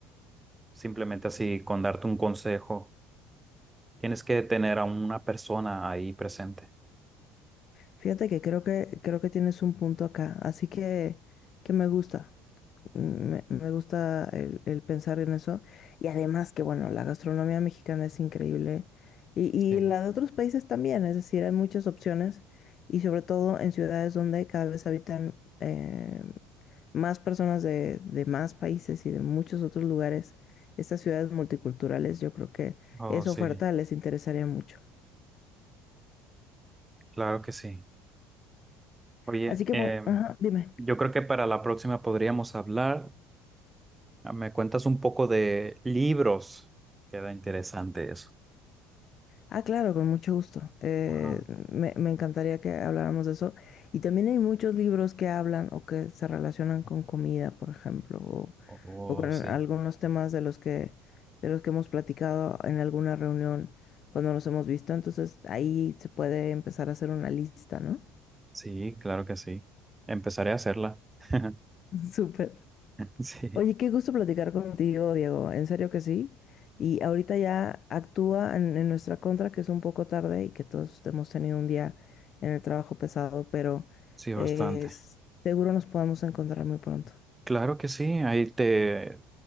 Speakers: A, on the right (about 15°); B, on the left (about 40°).
A: Simplemente así, con darte un consejo, tienes que tener a una persona ahí presente.
B: Fíjate que creo que creo que tienes un punto acá, así que que me gusta. Me, me gusta el, el pensar en eso. Y además que, bueno, la gastronomía mexicana es increíble. Y, y
A: Sí,
B: la de otros países también. Es decir, hay muchas opciones. Y sobre todo en ciudades donde cada vez habitan eh, más personas de, de más países y de muchos otros lugares. Estas ciudades multiculturales, yo creo que
A: oh
B: esa
A: sí,
B: oferta les interesaría mucho.
A: claro que sí. Oye,
B: Así que,
A: eh,
B: bueno, ajá, dime.
A: yo creo que para la próxima podríamos hablar. Ah, Me cuentas un poco de libros. Queda interesante eso.
B: Ah, claro, con mucho gusto. Eh,
A: Ajá.
B: me, me encantaría que habláramos de eso. Y también hay muchos libros que hablan o que se relacionan con comida, por ejemplo, o,
A: Oh,
B: o con algunos
A: sí.
B: temas de los que, de los que hemos platicado en alguna reunión cuando nos hemos visto. Entonces ahí se puede empezar a hacer una lista, ¿no?
A: Sí, claro que sí. Empezaré a hacerla. <laughs>
B: <laughs> Súper.
A: Sí,
B: Oye, qué gusto platicar contigo, Diego. En serio que sí. Y ahorita ya actúa en, en nuestra contra, que es un poco tarde y que todos hemos tenido un día en el trabajo pesado, pero
A: sí, bastante.
B: eh, s- seguro nos podemos encontrar muy pronto.
A: Claro que sí. Ahí te,